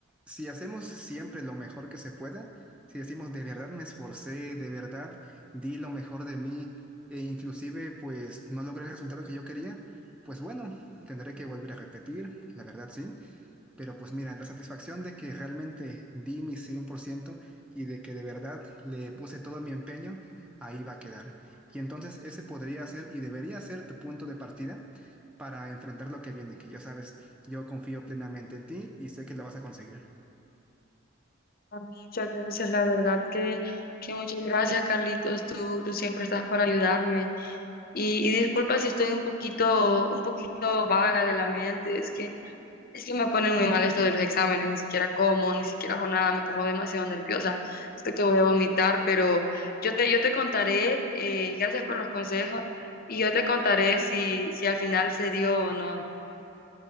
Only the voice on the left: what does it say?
Muchas gracias, la verdad que, que muchas gracias, Carlitos. Tú, tú siempre estás para ayudarme. Y, y disculpa si estoy un poquito, un poquito vaga de la mente, es que Es que me ponen muy mal esto de los exámenes, ni siquiera como, ni siquiera hago nada, me pongo demasiado nerviosa. Esto que voy a vomitar, pero yo te, yo te contaré, eh, gracias por los consejos, y yo te contaré si, si al final se dio o no.